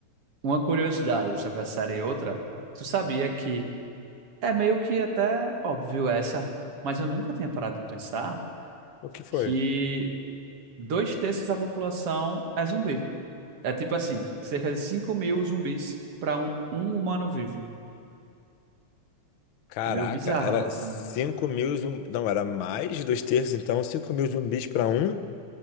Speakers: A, on the right; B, on the left.
A: uma curiosidade sobre a série e outra, tu sabia que é meio que até óbvio essa, mas eu nunca tinha parado pra pensar
B: O que foi?
A: que dois terços da população é zumbi. É tipo assim, cerca de cinco mil zumbis para um, um humano vivo.
B: Caraca,
A: É meio bizarro
B: era
A: essa,
B: 5
A: né?
B: mil zumbis. Não, era mais de dois terços, então 5 mil zumbis pra um.